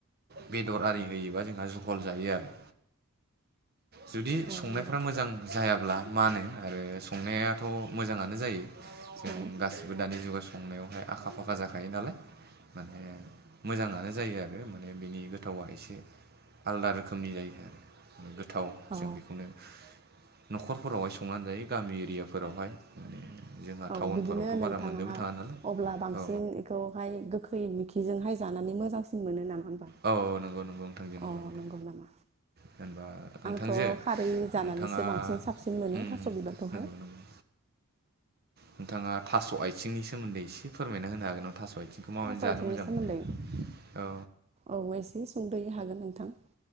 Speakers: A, on the right (about 45°); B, on the right (about 30°).
A: बेदर आरि होयोबा जोंहा जहल जायो आरो। जुदि
B: औ
A: संनायफ्रा
B: नंगौ
A: मोजां जायाब्ला मानो आरो संनायाथ' मोजाङानो जायो। जों
B: औ
A: गासिबो दानि जुगाव संनायावहाय आखा फाखा जाखायो नालाय। माने मोजाङानो जायगायाबो आरो माने बिनि गोथावा एसे आलदा रोखोम। खोमनि जायो आरो गोथाव जों
B: औ
A: बेखौनो। न'खरफोरावहाय संनानै जायो गामि एरियाफोरावहाय। जोंहा
B: औ
A: टाउनफोरावथ'
B: बिदिनो
A: बारा
B: नोंथाङा
A: मोननोबो थाङा नालाय
B: अब्ला बांसिन
A: औ
B: बेखौहाय गोखै मिखिजोंहाय जाना <unintelligible> मोजांसिन मोनो नामा।
A: औ औ नंगौ नंगौ नोंथां बे नंगौ
B: अ
A: नंगौ।
B: नामा
A: जैनबा नोंथांजो
B: आंथ' खारै जानानैसो
A: नोंथाङा
B: बांसिन साबसिन मोनो
A: उम
B: थास' बिबारखौहाय
A: नंगौ नंगौ नोंथाङा थास' आथिंनि सोमोन्दै एसे फोरमायना होनो हागोन नामा थास' आइथ बिथिंखौ माबै
B: थास'
A: जानो
B: आथिंनि
A: मोजां
B: सोमोन्दै
A: मोनो औ।
B: औ एसे सुंद'यै हागोन नोंथां।